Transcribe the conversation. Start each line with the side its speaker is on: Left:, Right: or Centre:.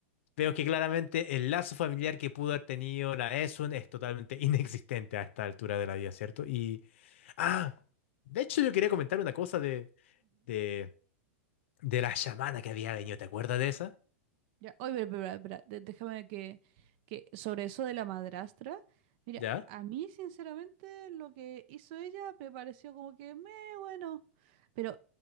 Left: Veo que claramente el lazo familiar que pudo haber tenido la Esun es totalmente <laughs> inexistente a esta altura de la vida, ¿cierto? Y, ah, de hecho yo quería comentar una cosa de, de, de la chamana que había venido, ¿te acuerdas de esa?
Right: Ya, oye, pero, pero, pero, pero, de- déjame que, que sobre eso de la madrastra, mira,
Left: ¿Ya?
Right: a mí sinceramente lo que hizo ella me pareció como que me bueno, pero